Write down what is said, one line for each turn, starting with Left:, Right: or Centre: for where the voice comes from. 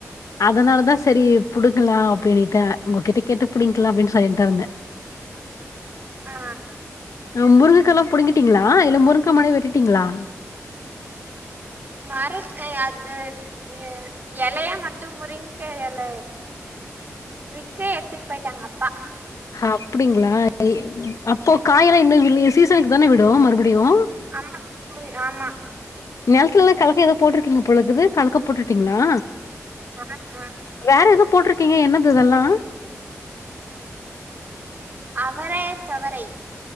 Left: அதனால தா சரி புடுக்கலா அப்டினுட்டு உங்ககிட்ட கேட்டு பிடிங்கலா அப்படின்னு சொல்லிட்டு இருந்தே
Right: ஆ
Left: ஹ முருங்காக்க எல்லா புடுங்கிட்டீங்களா இல்ல முருங்கா மரமே வெட்டுட்டீங்களா
Right: மர அது இ இலையா மட்டு முரூங்க இல வி்க எடுத்துட்டு போயிட்டாங்க அப்பா
Left: ஹ அப்டிங்களா அப்போ காய் எல்லா இன்னும் சீசனுக்கு தானே விடும் மறுபடியு
Right: ஆமா ஆமா
Left: நிலத்துல எல்லா கலக்க ஏதோ போட்டுிருட்டீங்க போல இருக்குது கலக்க போட்டுட்டீங்களா
Right: ஆ ஆ அ
Left: வேற எதோ போட்ருக்கீங்க என்னது இதெல்லா
Right: அவரே தவறை